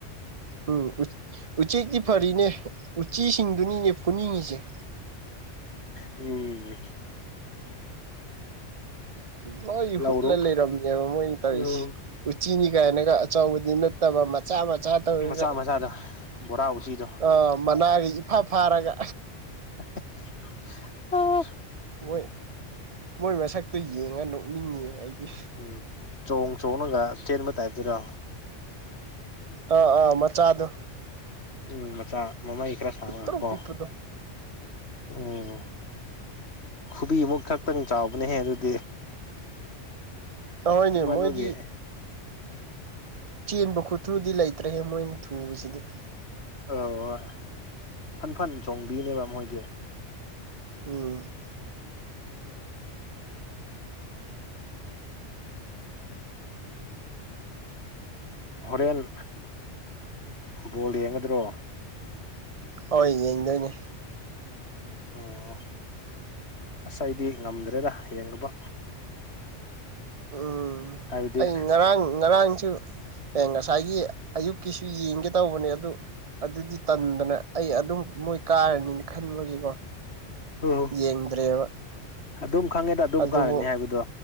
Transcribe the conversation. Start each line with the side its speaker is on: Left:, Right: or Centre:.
Right: ꯎꯝ ꯎꯆꯦꯛꯇꯤ ꯐꯔꯤꯅꯦ ꯎꯆꯤꯁꯤꯡꯗꯨꯅꯤꯅꯦ ꯐꯨꯅꯤꯡꯉꯤꯁꯦ
Left: ꯎꯝ
Right: ꯂꯣꯏ
Left: ꯂꯧꯔꯣꯛ
Right: ꯍꯨꯠꯂ ꯂꯩꯔꯝꯃꯦꯕ ꯃꯣꯏꯅ ꯇꯧꯔꯤꯁꯦ
Left: ꯎꯝ
Right: ꯎꯆꯤꯅꯤ ꯀꯥꯏꯅꯒ ꯑꯆꯧꯕꯗꯤ ꯅꯠꯇꯕ ꯃꯆꯥ ꯃꯆꯥ ꯇꯧꯔꯒ
Left: ꯃꯆꯥ ꯃꯆꯥꯗꯣ ꯕꯣꯔꯥ ꯎꯆꯤꯗꯣ
Right: ꯑꯣ ꯃꯅꯥꯒ ꯏꯐꯥ ꯐꯥꯔꯒ
Left: <unintelligible> ꯑꯣ
Right: ꯍꯣꯏ ꯃꯣꯏ ꯃꯁꯛꯇꯨ ꯌꯦꯡꯉ ꯅꯣꯛꯅꯤꯡꯉꯤ ꯑꯩꯗꯤ
Left: ꯎꯝ ꯆꯣꯡ ꯆꯣꯡꯔꯒ ꯆꯦꯟꯕ ꯇꯥꯏꯞꯇꯨꯔꯣ
Right: ꯑꯥ ꯑꯥ ꯃꯆꯥꯗꯣ
Left: ꯎꯝ ꯃꯆꯥ ꯃꯃꯩ ꯈꯔ ꯁꯥꯡꯉꯒꯀꯣ
Right: ꯄꯤꯛꯇ꯭ꯔꯨ ꯄꯤꯛꯄꯗꯣ
Left: ꯎꯝ ꯈꯨꯕꯤꯃꯨꯛ ꯈꯛꯇꯪ ꯆꯥꯎꯕꯅꯦꯍꯦ ꯑꯗꯨꯗꯤ
Right: ꯍꯣꯏꯅꯦ
Left: ꯄꯤꯛꯃꯟꯕꯒꯤ
Right: ꯃꯣꯏꯗꯤ ꯆꯦꯟꯕ ꯈꯨꯠꯊꯨꯗꯤ ꯂꯩꯇ꯭ꯔꯦꯍꯦ ꯃꯣꯏꯅ ꯊꯨꯕꯁꯤꯗꯤ
Left: ꯑꯥ ꯍꯣꯏ ꯐꯟ ꯐꯟ ꯆꯣꯡꯕꯤꯅꯦꯕ ꯃꯣꯏꯗꯤ
Right: ꯎꯝ
Left: ꯍꯣꯔꯦꯟ ꯕꯣꯜ ꯌꯦꯡꯒꯗ꯭ꯔꯣ
Right: ꯍꯣꯏ ꯌꯦꯡꯗꯣꯏꯅꯦ
Left: ꯑꯣ ꯑꯁ ꯑꯩꯗꯤ ꯉꯝꯗ꯭ꯔꯦꯗ ꯌꯦꯡꯉꯨꯕ
Right: ꯎꯝ
Left: ꯍꯥꯏꯕꯗꯤ
Right: ꯑꯩ ꯉꯔꯥꯡ ꯉꯔꯥꯡꯖꯨ ꯑꯦ ꯉꯁꯥꯏꯒꯤ ꯑꯌꯨꯛꯀꯤꯁꯨ ꯌꯦꯡꯒꯦ ꯇꯧꯕꯅꯦ ꯑꯗꯨ ꯑꯗꯨꯗꯤ ꯇꯟꯗꯅ ꯑꯩ ꯑꯗꯨꯝ ꯃꯣꯏ ꯀꯥꯔꯅꯤꯅ ꯈꯟꯕꯒꯤꯀꯣ
Left: ꯎꯝ
Right: ꯌꯦꯡꯗ꯭ꯔꯦꯕ
Left: ꯑꯗꯨꯝ ꯈꯪꯉꯦꯗ ꯑꯗꯨꯝ
Right: ꯑꯗꯨꯕꯨ
Left: ꯀꯥꯔꯅꯤ ꯍꯥꯏꯕꯗꯣ